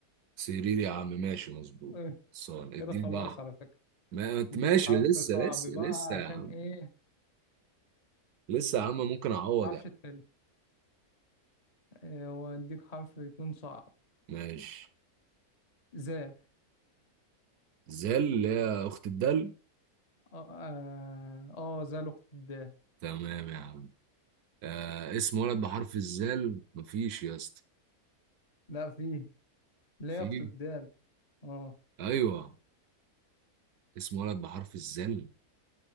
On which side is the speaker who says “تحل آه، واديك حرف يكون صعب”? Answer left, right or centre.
Left